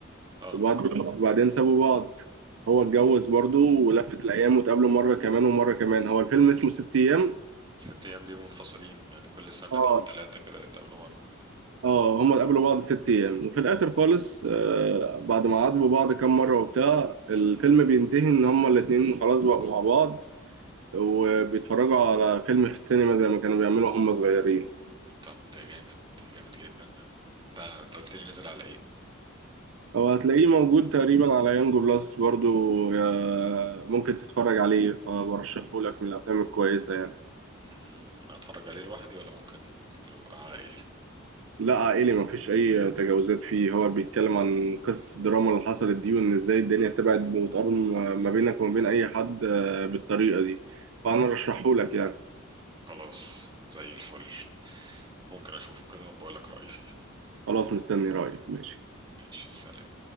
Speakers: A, on the right (about 20°); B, on the right (about 65°).
A: اه
B: وبعد- وبعدين سابوا بعض هو اتجوز برضه ولفت الأيام واتقابلوا مرة كمان ومرة كمان هو الفيلم اسمه ست أيام
A: ست ايام دي منفصلين يعني كل سنتين
B: اه
A: ثلاثه كده يتقابلوا مره
B: اه هما اتقابلوا بعض ست أيام وفي الآخر خالص آه بعد ما عاتبوا بعض كام مرة وبتاع الفيلم بينتهي إن هما الاتنين خلاص بقوا مع بعض وبيتفرجوا على فيلم في السينما زي ما كانوا بيعملوا هما صغيرين
A: طب ده جامد جامد جدا ده ده انت قلت لي نزل على ايه
B: هو هتلاقيه موجود تقريبا على يانجو بلس برضو آه، ممكن تتفرج عليه فبرشحه لك من الأفلام الكويسة يعني
A: امم اتفرج عليه لوحدي ولا ممكن يبقى عائلي
B: لا عائلي مفيش أي تجاوزات فيه هو بيتكلم عن قصة الدراما اللي حصلت دي وإن إزاي الدنيا تبعد وتقرب ما بينك وما بين أي حد آه، بالطريقة دي فأنا رشحهولك يعني
A: خلاص زي الفل ممكن اشوفه كده وبقول لك رايي فيه
B: خلاص مستني رأيك ماشي
A: ماشي سلام